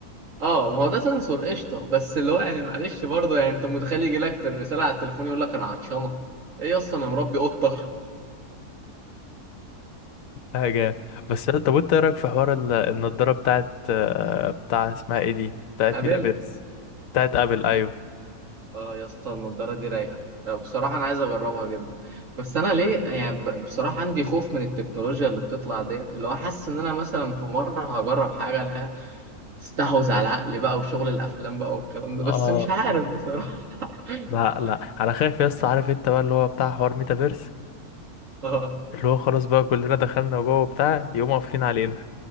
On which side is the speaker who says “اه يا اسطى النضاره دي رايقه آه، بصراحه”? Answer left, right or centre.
Right